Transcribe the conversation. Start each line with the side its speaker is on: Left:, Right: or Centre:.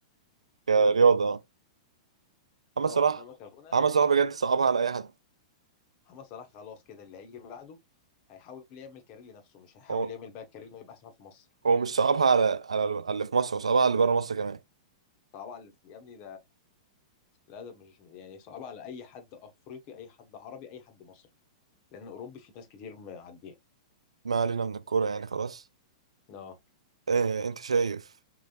Right: كرياضة محمد
Left: اه
Right: صلاح
Left: انما كغنى
Right: محمد صلاح بجد صعبها على اي حد
Left: محمد صلاح خلاص كده اللي هيجي بعده هيحاول يعمل كارير لنفسه مش هيحاول
Right: هو
Left: يعمل بقى كارير انه يبقى اسمها في مصر
Right: هو مش صعبها على على على اللي في مصر هو صعبها على اللي بره مصر كمان
Left: طبعا اللي في- يا ابني لا ده مش يعني صعب على اي حد افريقي اي حد عربي اي حد مصري لان اوروبي في ناس كتير معديه
Right: ما علينا من الكوره يعني خلاص
Left: اه
Right: إيه انت شايف